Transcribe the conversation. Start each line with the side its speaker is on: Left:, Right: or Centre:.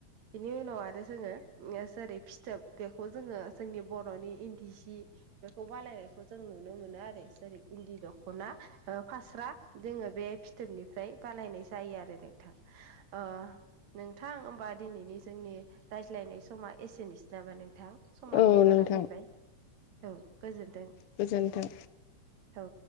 Right: बिनि उनाव आरो जोङो जेरै फिथोब बेखौ जोङो जोंनि बर'नि इन्दि सि बेखौ बानायनायखौ जों नुनो मोनो आरो जेरै इन्दि दखना फास्रा जोङो बे फिथोबनिफ्राय बानायनाय जायो आरो नोंथां ओ नोंथां होमबा दिनैनि जोंनि रायज्लायनाय समा एसेनोसै नामा नोंथां समाबो
Left: औ
Right: जाना
Left: नोंथां
Right: फैबाय औ गोजोनथों
Left: गोजोन्थों
Right: औ